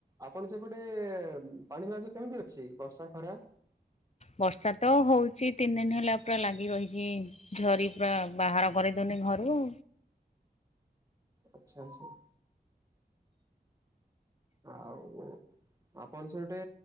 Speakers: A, on the right; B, on the left.
A: ଆପଣ ସେପଟେ ପାଣି ଫାଣି କେମ୍ତି ଅଛି, ବର୍ଷା ଖରା?
B: ବର୍ଷାତ ହଉଛି, ତିନି ଦିନି ହେଲା ପୁରା ଲାଗିରହିଛି। ଝରି ପୁରା ବାହାର କରିଦେଉନି ଘରୁ ଆଉ।
A: ଆଚ୍ଛା ଆଚ୍ଛା। ଆଉ ଆପଣ <unintelligible> ଗୋଟେ